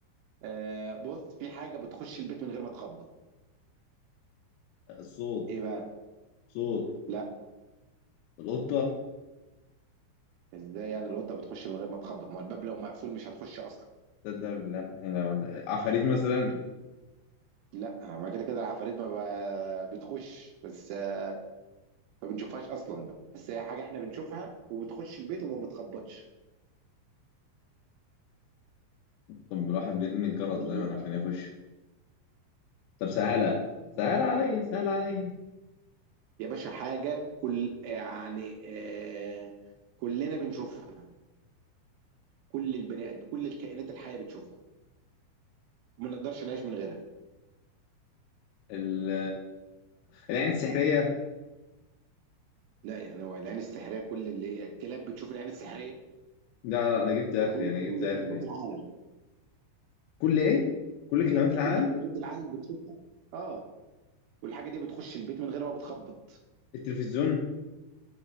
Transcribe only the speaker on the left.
الصوت
صوت
القطه
تصدق بالله انا عفاريت مثلا
طب الواحد بيرن الجرس
دايما
عشان يخش طب سهله
سهله عليا سهله عليا
ال العين السحرية
لا لا أنا جبت آخري
أنا
جبت آخري
كل إيه؟ كل كلمات العالم
التلفزيون